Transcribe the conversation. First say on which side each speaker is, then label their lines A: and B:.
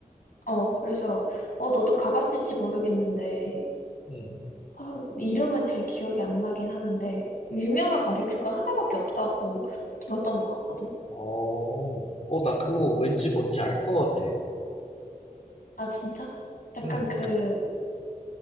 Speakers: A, on the left (about 70°); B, on the left (about 45°).
A: 어, 그래서 어, 너도 가봤을지 모르겠는데
B: 응.
A: 아, 이름은 잘 기억이 안 나긴 하는데 유명한 바베큐가 하나밖에 없다고 들었던 것 같거든.
B: 어, 어, 나 그거 왠지 뭔지 알 것 같아.
A: 아, 진짜? 약간
B: 응,
A: 그